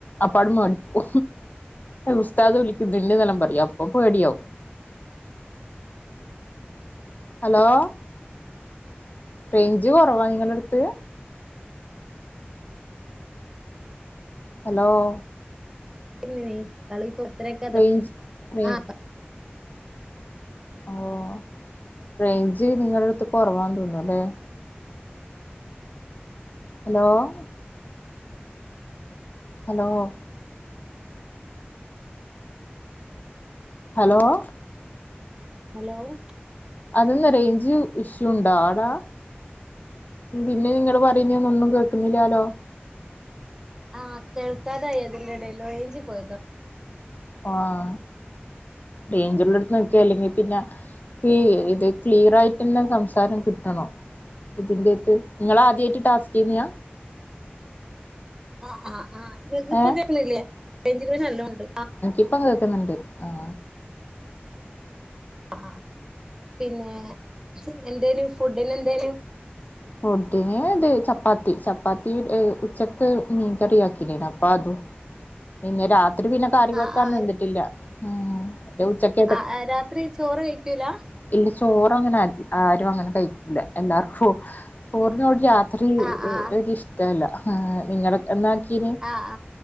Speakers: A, on the left; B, on the right.
A: അപ്പാടം മട്ക്കു, ഉസ്താദ് വിളിക്കുന്നുണ്ട്ന്നെല്ലാം പറ്‌യു. പ്പപ്പേടിയാവും. ഹലോ... ! റേഞ്ച് കുറവാ നിങ്ങളെട്ത്ത്? ഹലോ.... !
B: ന്നിനി കളി ഇപ്പൊ ഇത്രയൊക്കെ അത്
A: റേഞ്ച് റേ
B: ആഹ് പ
A: ഓഹ് റേഞ്ച് നിങ്ങളെട്ത്ത്- കുറവാന്ന് തോന്നു അല്ലേ? ഹലോ... ! ഹലോ... ! ഹലോ.. !
B: ഹലോ.... !
A: അതന്ന റേഞ്ച് ഇഷ്യൂ ഉണ്ടോ ആടാ? പിന്നെ നിങ്ങള് പറയുന്നെ ഞാ ഒന്നും കേൾക്കുന്നില്ലാലോ
B: ആഹാ കേൾക്കാതായി അതിന്റെടെല് റേഞ്ച് പോയതാ.
A: ആഹാ റേഞ്ച്ള്ളൊട്ത്ത് നിക്കി, അല്ലെങ്കി പിന്നെ. ഹേ ഇത് ക്ലിയറായ്ട്ടന്നെ സംസാരം കിട്ടണോ ഇതിന്റെത്ത് നിങ്ങളാദ്യായിട്ട് ടാസ്കെന്യ?
B: ആഹാ ആഹാ ആഹാ ഇങ്ങക്ക്‌പ്പോ
A: ഏഹ്
B: കേക്കില്ലെ റേഞ്ച് പ്രശ്നം നല്ലൊണ്ട്.
A: ഇപ്പം കേക്ക്ന്ന്ണ്ട്, ആഹാ.... !
B: ആഹാ... ! പിന്നെ എന്തേനു ഫുഡിന് എന്തെനു?
A: ഫുഡിന് ത് ചപ്പാത്തി, ചപ്പാത്തി ഉച്ചക്ക് മീൻകറി ആക്കിലെനോ അപ്പാതും. പിന്നെ രാത്രി പിന്നെ കറി
B: ആ
A: വെക്കാൻ
B: ആ
A: നിന്നിട്ടില്ല. പിന്നെ ഉച്ചക്കത്തെ
B: ആഹാ ആഹാ രാത്രി ചോറ് കഴിയ്ക്കൂല... !
A: ഇല്ല ചോറങ്ങനെ ആ ആരും, അങ്ങനെ കഴിക്കില്ല. എല്ലാർക്കും ചോറിനോട് രാ- ത്രിൻകിഷ്ടവല്ല
B: ആഹ് ആഹ്
A: ആഹാ നിങ്ങള- ക്കിന്
B: ആഹ്